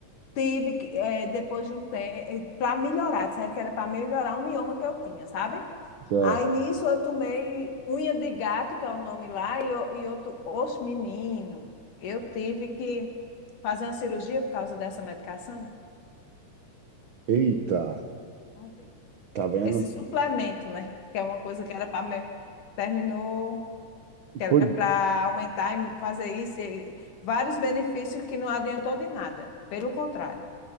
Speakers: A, on the left; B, on the right.
A: Tive que, eh, depois de um tempo, para melhorar, disseram que era para melhorar um mioma que eu tinha, sabe?
B: Certo.
A: Aí nisso eu tomei unha de gato, que é o nome lá, e, eu- e outro, oxe, menino, eu tive que fazer uma cirurgia por causa dessa medicação.
B: Eita,
A: Foi.
B: tá vendo?
A: Esse suplemento, né? Que é uma coisa que era para. Terminou, que era
B: Pois
A: para aumentar e fazer isso, e vários benefícios que não adiantou de nada, pelo contrário.